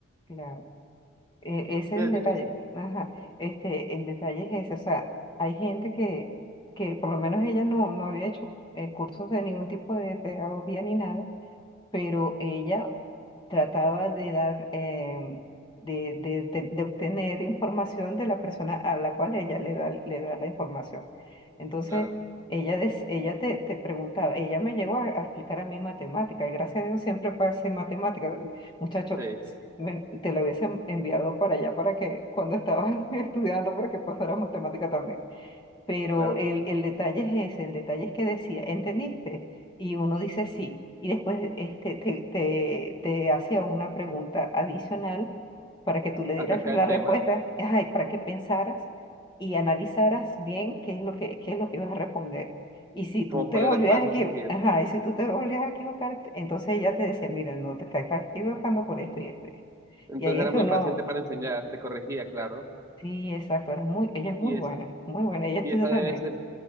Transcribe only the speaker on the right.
Sí,
es
difícil,
claro,
sí,
claro.
Acerca
del
tema,
como
cuál
era el paso
a seguir.
Entonces
era
muy
paciente para enseñar, te corregía, claro.
Y
esa,
y esa
debe ser,